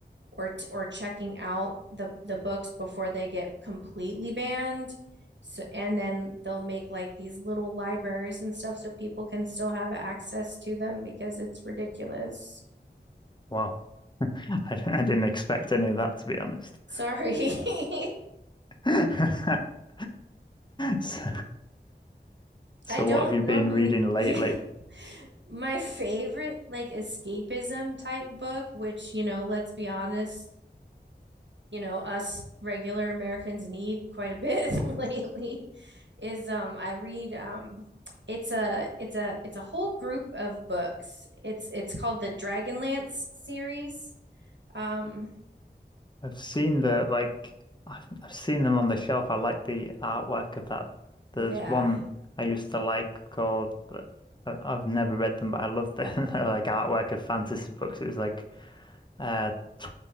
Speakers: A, on the right; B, on the left.
A: or or checking out the the books before they get completely banned. So and then they'll make like these little libraries and stuff so people can still have access to them because it's ridiculous.
B: wow. I, d- I didn't expect any of that, to be honest.
A: Sorry. <laughs>
B: <laughs> So, so
A: I don't
B: what have you
A: normally,
B: been reading
A: yeah.
B: lately?
A: My favorite like escapism type book, which, you know, let's be honest, you know us regular Americans need quite a bit <laughs> lately is um I read um it's a it's a it's a whole group of books. It's it's called the Dragonlance series. Um
B: I've seen the, like, I've, I've seen them on the shelf. I like the artwork of that. There's
A: yeah.
B: one I used to like called, I- I've never read them, but I love the <laughs> like artwork of fantasy books. It was like, uh t